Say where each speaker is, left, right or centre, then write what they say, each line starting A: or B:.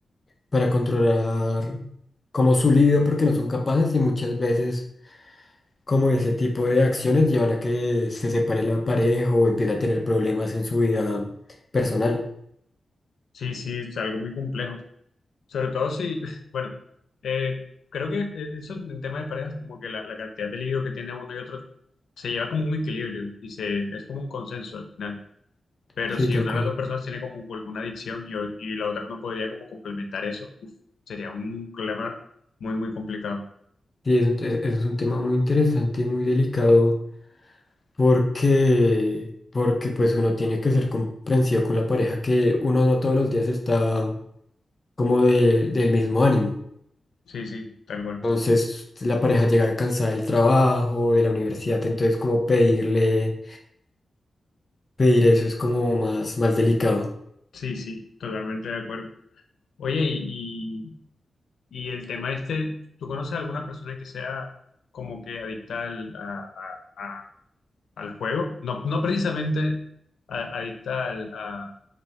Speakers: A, on the left; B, on the left.
A: para controlar como su libido porque no son capaces y muchas veces como ese tipo de acciones llevan a que se separe la pareja o empiece a tener problemas en su vida personal.
B: Sí, sí, es algo muy complejo. Sobre todo si, <laughs> bueno, eh, creo que eh, eso en tema de parejas, como que la, la cantidad de libido que tiene uno y otro se lleva como un equilibrio y se, es como un consenso al final. Pero
A: Sí,
B: si
A: tal
B: una
A: cual.
B: de las dos personas tiene como alguna adicción y, o- y la otra no podría como complementar eso, uf, sería un problema muy, muy complicado.
A: Sí, es un, te- e-, es un tema muy interesante y muy delicado porque, porque pues uno tiene que ser comprensivo con la pareja que uno no todos los días está como de- del mismo ánimo.
B: Sí, sí, tal cual.
A: Entonces la pareja llega cansada del trabajo, de la universidad, entonces como pedirle, pedir eso es como más, más delicado.
B: Sí, sí, totalmente de acuerdo. Oye, y, y, y el tema este, ¿tú conoces a alguna persona que sea como que adicta al- a, a, al juego. No, no precisamente a- adicta al, a,